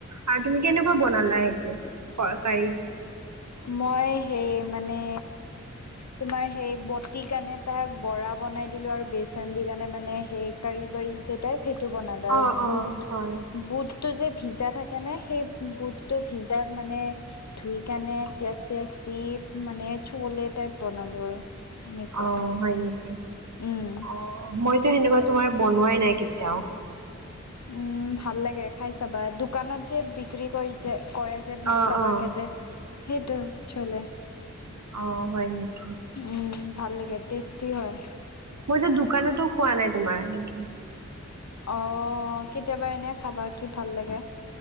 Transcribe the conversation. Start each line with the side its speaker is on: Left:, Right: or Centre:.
Right: আৰু তুমি কেনেকুৱা। বনালা সেইটো তৰকাৰীটো?
Left: মই সেই মানে তোমাৰ সেই বটি কাৰণে বৰা বনাই দিলোঁ আৰু বেচন দি পেলাই মানে সেই কাৰী বাঢ়ি যে টাইপ সেইটো বনালো আৰু
Right: অঁ অঁ
Left: বুট
Right: হয়
Left: বুট বুটটো যে ভিজা থাকে ন সেই বুটটো ভিজায় মানে। ধুই পেলাই পিয়াজ -চিয়াজ দি মানে চলে টাইপ বনালো আৰু। সেনেকুৱা
Right: অ হয় নেকি
Left: উম
Right: অ মইতো সেনেকুৱা তোমাৰ বনোৱাই নাই কেতিয়াও
Left: উম ভাল লাগে খাই চাবা দোকানত যে বিক্ৰী কৰি। যে কৰে যে বিশ
Right: অঁ
Left: টকাকৈ
Right: অঁ
Left: যে সেইটো চলে।
Right: অ হয় নেকি
Left: উম ভাল লাগে টেষ্টি হয়।
Right: মইতো দোকানতো খোৱা নাই তোমাৰ সেইটো।
Left: অ কেতিয়াবা এনে খাবা কি ভাল লাগে,